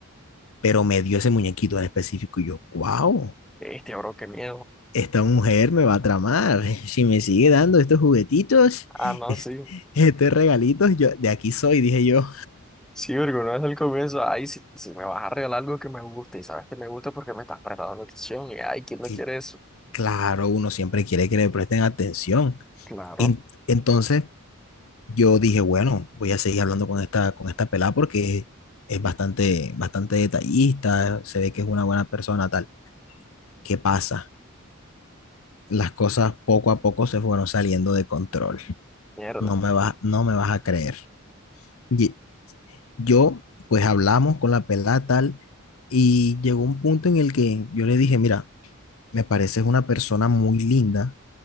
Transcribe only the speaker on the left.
pero me dio ese muñequito en específico y yo, wow,
esta mujer me va a tramar. <laughs> Si me sigue dando estos juguetitos,
<laughs>
est-
estos regalitos, yo de aquí soy, dije yo.
Y
claro, uno siempre quiere que le presten atención.
En- entonces yo dije, bueno, voy a seguir hablando con esta, con esta pelada porque es bastante, bastante detallista, se ve que es una buena persona, tal. ¿Qué pasa? las cosas poco a poco se fueron saliendo de control.
No me vas, no me vas a creer. Y yo, pues hablamos con la pelada tal y llegó un punto en el que yo le dije, mira, me pareces una persona muy linda,